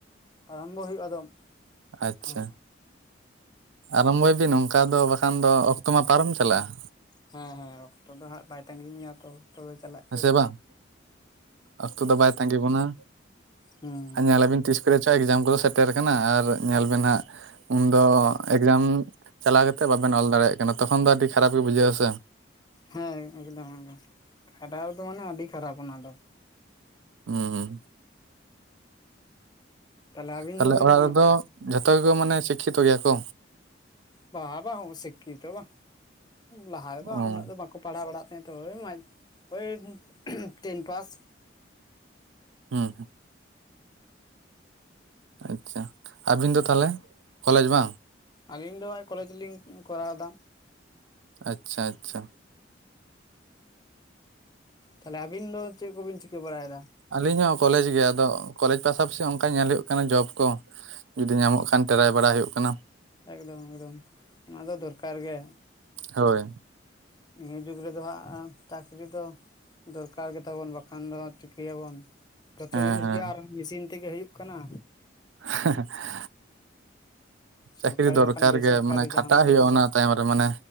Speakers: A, on the left (about 20°); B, on the right (about 80°).
A: ᱟᱨᱚᱢᱵᱚ ᱦᱩᱭᱩᱜ ᱟᱫᱚ
B: ᱟᱪᱪᱷᱟ
A: ᱦᱮᱸ
B: ᱟᱨᱚᱢᱵᱷᱚᱭ ᱵᱤᱱ ᱚᱝᱠᱟ ᱫᱚ ᱵᱟᱠᱷ ᱟᱠᱷᱟᱱ ᱫᱚ ᱚᱠᱛᱚ ᱢᱟ ᱯᱟᱨᱚᱢ ᱪᱟᱞᱟᱜᱼᱟ
A: ᱦᱮᱸ ᱦᱮᱸ ᱚᱠᱛᱚ ᱫᱚ ᱦᱟᱸᱜ ᱵᱟᱭ ᱛᱟᱸᱜᱤ ᱢᱮᱭᱟ ᱛᱚ ᱚᱠᱛᱚ ᱫᱚ ᱪᱟᱞᱟᱜᱼᱟ
B: ᱦᱮᱸ ᱥᱮ ᱵᱟᱝ ᱚᱠᱛᱚ ᱫᱚ ᱵᱟᱭ ᱛᱟᱸᱜᱤ ᱵᱚᱱᱟ
A: ᱦᱩᱸ
B: ᱟᱨ ᱧᱮᱞᱟ ᱵᱤᱱ ᱛᱤᱥ ᱠᱚᱨᱮ ᱪᱚ ᱮᱠᱡᱟᱢ ᱠᱚᱫᱚ ᱥᱮᱴᱮᱨ ᱟᱠᱟᱱᱟ ᱟᱨ ᱧᱮᱞ ᱵᱮᱱ ᱦᱟᱸᱜ ᱩᱱᱫᱚ ᱮᱠᱡᱟᱢ ᱪᱟᱞᱟᱣ ᱠᱟᱛᱮ ᱵᱟᱵᱮᱱ ᱚᱞ ᱫᱟᱲᱮᱭᱟᱜ ᱠᱟᱱᱟ ᱛᱚᱠᱷᱚᱱ ᱫᱚ ᱟᱹᱰᱤ ᱠᱷᱟᱨᱟᱯ ᱜᱮ ᱵᱩᱡᱷᱟᱹᱜ ᱟ ᱥᱮ
A: ᱦᱮᱸ ᱮᱠᱫᱚᱢ ᱮᱠᱫᱚᱢ ᱠᱷᱟᱨᱟᱯ ᱫᱚ ᱢᱟᱱᱮ ᱟᱹᱰᱤ ᱠᱷᱟᱨᱟᱯ ᱚᱱᱟ ᱫᱚ
B: ᱦᱩᱸ ᱦᱩᱸ
A: ᱛᱟᱦᱚᱞᱮ ᱟᱹᱵᱤᱱ
B: ᱛᱟᱦᱞᱮ
A: ᱫᱚᱵᱤᱱ
B: ᱚᱲᱟᱜ ᱨᱮᱫᱚ ᱡᱷᱚᱛᱚ ᱜᱮ ᱠᱚ ᱢᱟᱱᱮ ᱥᱤᱠᱠᱷᱤᱛᱚ ᱜᱮᱭᱟ ᱠᱚ
A: ᱵᱟ ᱵᱟᱝ ᱥᱤᱠᱠᱷᱤᱛᱚ ᱵᱟ ᱞᱟᱦᱟ ᱨᱮᱫᱚ
B: ᱚ
A: ᱩᱱᱟᱹᱜ ᱫᱚ ᱵᱟᱠᱚ ᱯᱟᱲᱦᱟᱣ ᱵᱟᱲᱟᱜ ᱛᱟᱦᱮᱸ ᱛᱚ ᱳᱭ ᱳᱭ ᱴᱮᱱ ᱯᱟᱥ
B: ᱦᱩᱸ ᱦᱩᱸ ᱟᱪᱪᱷᱟ ᱟᱹᱵᱤᱱ ᱫᱚ ᱛᱟᱦᱞᱮ ᱠᱚᱞᱮᱡᱽ ᱵᱟᱝ
A: ᱟᱹᱞᱤᱧ ᱫᱚ ᱠᱚᱞᱮᱡᱽ ᱞᱤᱧ ᱠᱚ ᱨᱟᱣ ᱫᱟ
B: ᱟᱪᱪᱷᱟ ᱟᱪᱪᱷᱟ
A: ᱛᱟᱦᱞᱮ ᱟᱵᱤᱱ ᱫᱚ ᱪᱮᱫ ᱠᱚᱵᱤᱱ ᱪᱤᱠᱟᱹ ᱵᱟᱲᱟᱭ ᱫᱟ
B: ᱟᱹᱞᱤᱧ ᱦᱚᱸ ᱠᱚᱞᱮᱡᱽ ᱜᱮ ᱟᱫᱚ ᱠᱚᱞᱮᱡᱽ ᱯᱟᱥᱟ ᱯᱟᱥᱤ ᱚᱱᱠᱟ ᱧᱮᱞ ᱦᱳᱭᱳᱜ ᱠᱟᱱᱟ ᱡᱚᱵ ᱠᱚ ᱡᱩᱫᱤ ᱧᱟᱢᱚᱜ ᱠᱷᱟᱱ ᱴᱮᱨᱟᱭ ᱵᱟᱲᱟ ᱦᱩᱭᱩᱜ ᱠᱟᱱᱟ
A: ᱮᱠᱫᱚᱢ ᱮᱠᱫᱚᱢ ᱚᱱᱟ ᱫᱚ ᱫᱚᱨ ᱠᱟᱨ ᱜᱮ
B: ᱦᱳᱭ
A: ᱱᱤᱭᱟᱹ ᱡᱩᱜᱽ ᱨᱮ ᱫᱚ ᱦᱟᱸᱜ ᱪᱟᱠᱨᱤ ᱫᱚ ᱫᱚᱨ ᱠᱟᱨ ᱜᱮᱛᱟ ᱵᱚᱱ ᱵᱟ ᱠᱷᱟᱱ ᱫᱚ ᱴᱷᱤᱠᱟᱹᱭᱟ ᱵᱚᱱ ᱡᱷᱚᱛᱚ
B: ᱦᱮᱸ
A: ᱡᱤᱱᱤᱥ
B: ᱦᱮᱸ
A: ᱜᱮ ᱟᱨ ᱢᱮᱥᱤᱱ ᱛᱮ ᱜᱮ ᱦᱳᱭᱳᱜ ᱠᱟᱱᱟ
B: <unintelligible>
A: ᱥᱚᱨᱠᱟᱨᱤ
B: ᱪᱟᱹᱠᱨᱤ ᱫᱚᱨ
A: ᱵᱟᱠᱷᱟᱱ
B: ᱠᱟᱨ
A: ᱵᱮᱥᱚᱨᱠᱟᱨᱤ
B: ᱜᱮ ᱢᱟᱱᱮ ᱠᱷᱟ
A: ᱡᱟᱦᱟᱱᱟᱜ
B: ᱴᱟᱜ ᱦᱳᱭᱳᱜᱼᱟ
A: ᱜᱮᱛᱚ
B: ᱚᱱᱟ
A: ᱫᱚᱨᱠᱟᱨ
B: ᱛᱟᱭᱚᱢ ᱨᱮ ᱢᱟ ᱱᱮ